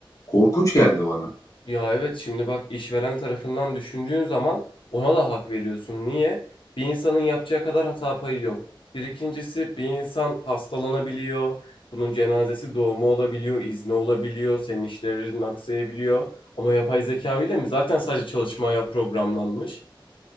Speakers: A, on the left; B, on the left.
A: korkunç geldi bana.
B: Ya evet şimdi bak işveren tarafından düşündüğün zaman ona da hak veriyorsun. Niye? Bir insanın yapacağı kadar hata payı yok. Bir ikincisi bir insan hastalanabiliyor. Bunun cenazesi doğumu olabiliyor, izni olabiliyor, senin işlerin aksayabiliyor. Ama yapay zeka öyle mi? Zaten sadece çalışmaya programlanmış.